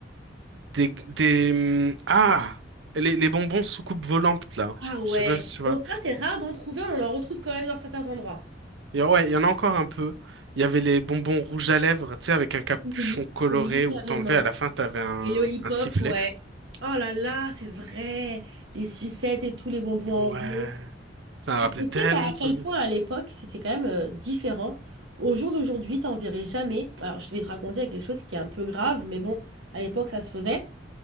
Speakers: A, on the right; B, on the right.
A: Des, des, hum, ah, les, les bonbons soucoupe volantes là.
B: Ah ouais.
A: Je sais pas si tu vois.
B: Bon, ça, c'est rare d'en trouver, on en retrouve quand même dans certains endroits.
A: Il y a- ouais, il y en a encore un peu. Il y avait les bonbons rouges à lèvres, tu sais, avec un capuchon
B: Oui,
A: coloré
B: oui,
A: où
B: carrément.
A: t'enlevais à la fin, t'avais un,
B: Les lollipops,
A: un sifflet.
B: ouais. Oh là là, c'est vrai. Les sucettes et tous les bonbons en
A: Ouais.
B: rond.
A: Ça me rappelait
B: Et
A: tellement
B: tu sais qu'à à
A: de
B: quel
A: souvenirs.
B: point à l'époque, c'était quand même euh, différent. Au jour d'aujourd'hui, t'en verrais jamais. Alors, je vais te raconter quelque chose qui est un peu grave, mais bon, à l'époque, ça se faisait.